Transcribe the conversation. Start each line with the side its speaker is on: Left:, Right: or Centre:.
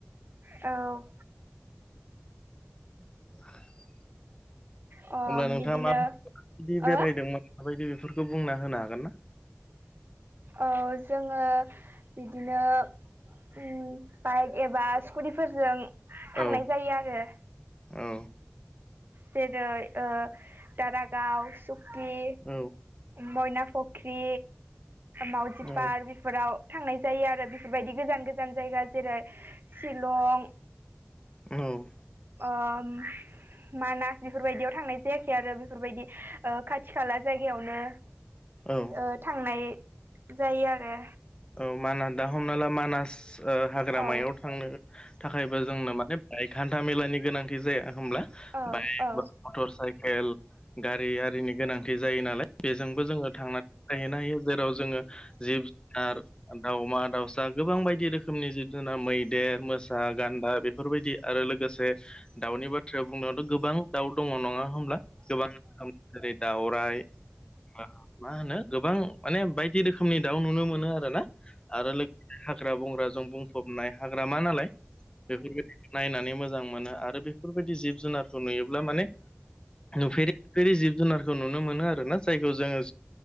Right: औ
Left: <unintelligible>
Right: अ
Left: अमब्ला नोंथाङा
Right: बिदिनो
Left: माब माबायदि बेरायदोंमोन
Right: ओ
Left: माबायदि बेफोरखौ बुंना होनो हागोन ना?
Right: औ जोङो बिदिनो उम बाइक एबा स्कुटिफोरजों थांनाय
Left: औ
Right: जायो आरो।
Left: औ
Right: जेरै ओ दारागाव सुक्कि
Left: औ
Right: मयना फख्रि, मावजि
Left: औ
Right: पार्क फोराव थांनाय जायो आरो बेफोरबायदि गोजान गोजान जायगा जेरै शिलं
Left: औ
Right: ओम मानास बेफोरबायदियाव थांनाय जायाखै आरो बेफोरबायदि खाथि खाला जायगायावनो‌
Left: औ
Right: ओ थांनाय जायो आरो।
Left: औ मानास दा हमना ला मानास हाग्रामायाव
Right: औ
Left: थांनो थाखायबो जोंनो माने बेहाय हान्था मेलानि गोनांथि जाया होमब्ला?
Right: औ
Left: बाइक
Right: औ
Left: ब मटर साइकेल गारि आरिनि गोनांथि जायो नालाय बेजोंबो जोङो थांनानै थायहैनो हायो जेराव जोङो जिब जुनार दाउमा दाउसा गोबां बायदि रोखोमनि जिब जुनार मैदेर मोसा गान्दा बेफोर बेफोरबायदि आरो लोगोसे दाउनि बाथ्राया बुंनायावथ' गोबां दाउ दङ नङा होमब्ला? गोबां रोखोमनि जेरै दाउराय बा मा होनो गोबां माने बायदि रोखोमनि दाउ नुयो। नो आरो ना आरो लोगोसे हाग्रा बंग्राजों बुं फबनाय हाग्रामा नालाय बेफोरबाय नायनानै मोजां मोनो आरो बेफोरबायदि जिब जुनारखौ नुयोब्ला माने नुफेरिु नुफेरि जिब जुनारखौ नुनो मोनो आरो ना जायखौ जोङो